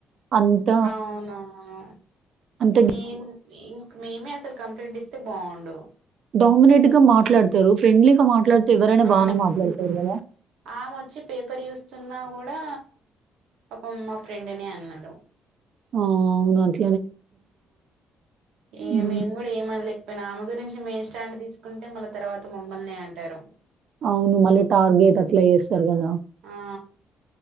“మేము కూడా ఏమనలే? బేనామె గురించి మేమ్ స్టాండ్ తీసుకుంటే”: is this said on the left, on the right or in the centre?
Right